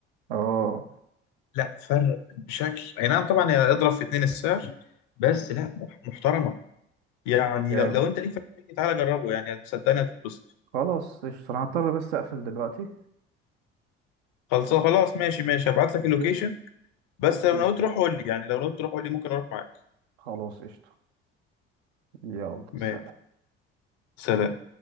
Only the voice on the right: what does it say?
اه
جامد
خلاص قشطه انا هضطر بس اقفل دلوقتي
ماشي
اوكي
خلاص قشطه يلا
سلام